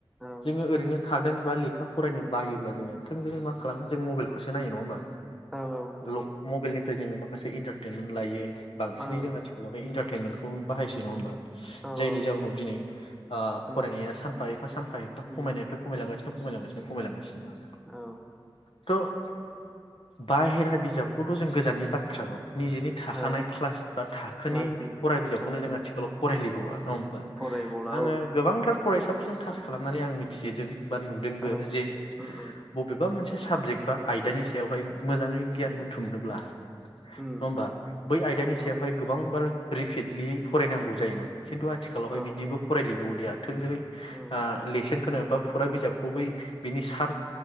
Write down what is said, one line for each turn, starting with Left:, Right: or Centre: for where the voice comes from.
Centre: औ
Left: जोंङो ओरैनोथ हादों बा लेखा फरायनो बायोब्ला जोंङो थोंजोङै मा खालामो जों मबाइलखौसो नायो नङा होमबा।
Centre: औ नोंथां
Left: लग मबेलनि फ्राय जोंङो माखासे इन्टारटेनमेन्ट लायो। बांसिनै
Centre: ओं
Left: जोंङो आथिखालाव इनथार टेनमेनखौ बाहायसै नंङा होनबा।
Centre: औ
Left: जायनि
Centre: औ
Left: जाउनाव दिनै ओ
Centre: उम
Left: फरायनाया सानफा एफा सानफा एफा खमायनायनिफ्राय
Centre: उम
Left: खमायलांगासिनोख खमायांगासिनो खमलांगासि दं।
Centre: औ।
Left: थ' बाहेरा बिजाबखौथ' जों। गोजाननि बाथ्रााबाव। निजेनि थाखानाय
Centre: औ
Left: क्लास बा थाखोनि
Centre: क्लासनि
Left: बि फरा बिजाबखौनो
Centre: क्लासनि
Left: जों आथिखालाव फरायलिबावा नङा होमबा
Centre: फरायबला
Left: आंङो
Centre: औ
Left: गोबांथार फरायसाफोरजों थास खालामनानै आं मिथियोदों। बा नुदोंबो
Centre: औ
Left: जे
Centre: उम उम
Left: बबेबा मोनसे साबजेक्ट बा आयदानि सायावहाय। मोजाङै गियान
Centre: उम
Left: बुथुमनोब्ला। नङा
Centre: उम
Left: होमबा बै आयदानि
Centre: औ औ
Left: सायावहाय गोबां बा ओ रिपिडलियै फरायनांगौ जायोमोन। खिन्थु आथिखालावहाय
Centre: औ
Left: बिदिबो फरायलि जौलिया थोंजोै ओ
Centre: उम
Left: लेसोन होनो बा फरा बिजाबखौ बै बिनि सार